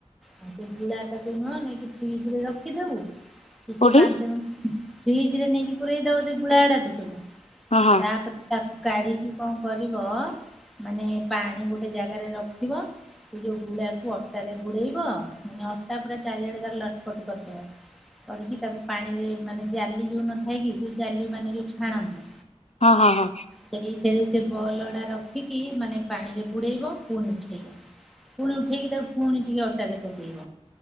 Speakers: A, in the centre; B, on the left.
A: ହଁ ସେ ଗୁଳା ଟାକୁ ନୁହ ନେଇକି ଫ୍ରିଜ ରେ ରଖିଦବୁ କିଛି
B: କୋଉଠି
A: ପାଞ୍ଚ ମିନିଟ। ଫ୍ରିଜ ରେ ନେଇକି ପୁରେଇ ଦବ ସେ ଗୁଳା ଟାକୁ ସବୁ
B: ହଁ ହଁ
A: ତାପରେ ତା କୁ କାଢିକି କଣ କରିବ। ମାନେ ପାଣି ଗୋଟେ ଜାଗାରେ ରଖିବ ସେ ଯୋଉ ଗୁଳାକୁ ଅଟାରେ ବୁଡେଇ। ବ ମାନେ ଅଟା ପୁରା ଚାରିଆଡେ ତାର ଲଟପଟ କରିଦବ। କରିକି ତାକୁ ପାଣିରେ ମାନେ ଜାଲି ଯୋଉ ନଥାଏ କି ଯୋଉ ଜାଲି ମାନେ ଯୋଉ ଛାଣନ୍ତି।
B: ହଁ ହଁ ହଁ।
A: ସେଇଥିରେ ସେ ବଲ ଗୁଡା ରଖିକି ମାନେ ପାଣିରେ ବୁଡେଇବ ପୁଣି ଉଠେଇବ। ପୁଣି ଉଠେଇକି ତାକୁ ପୁଣି ଟିକେ ଅଟାରେ ପକେଇବ।